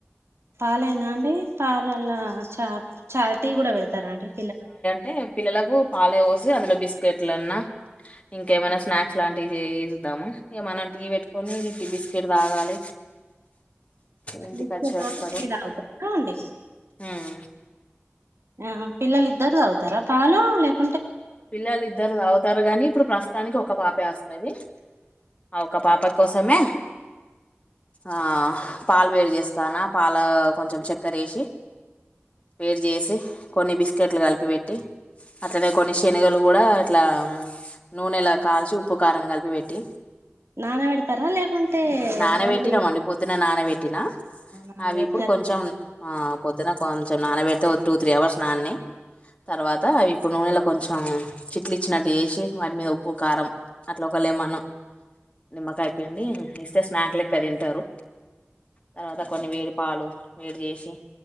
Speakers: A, on the right (about 75°); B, on the left (about 30°).
A: పాలైనా అండి పాలల్ల చా చాలా టీ కూడా పెడతారఅండి పిల్ల
B: టే పిల్లలకు పాలే పోసి అందులో బిస్కెట్లన్న ఇంకేమైనా స్నాక్స్ లాంటి చయిద్దాము ఇక మనం టీ పెట్టుకొని ఇ బిస్కెట్ తాగాలి ఇంటికి
A: నిచ్చే
B: వచ్చేస్తారు
A: తోట టీ తాగుతారా అండి
B: ఉమ్.
A: ఆ పిల్లలు ఇద్దారు చదువుతారా పాలు లేక
B: పిల్లలు ఇద్దరు తవుతారు గాని ఇప్పుడు ప్రస్తుతానికి ఒక పాపే వస్తుంది ఒక పాప కోసమే ఆ పాలు వేడి చేస్తానా పాల కొంచెం చక్కర వేసి వేరు చేసి కొన్ని బిస్కెట్లు కలిపి పెట్టి అట్లనే కొన్ని శనగలు కూడా ఇట్లా నూనెలా కాల్చి ఉప్పు కారం కలిపి పెట్టి
A: నానబెడతారా లేకుంటే
B: నానబెట్టినామండి
A: ఓన్లీ
B: పొద్దున నానబెట్టినా
A: నానబెట్టిన
B: అవి ఇప్పుడు కొంచెం ఆ పొద్దున కొంచం నాన్న పెడితే టూ త్రీ అవర్స్ నాన్ని తర్వాత అవి ఇప్పుడు నూనె కొంచెం చిట్లు ఇచ్చినట్టు చేసి వాటి మీద ఉప్పు కారం అట్లా ఒకళ ఏమన్నా నిమ్మకాయ పండి ఇస్తే స్నాక్లెక్క తింటారు తర్వాత కొన్ని వేడి పాలు వేడి చేసి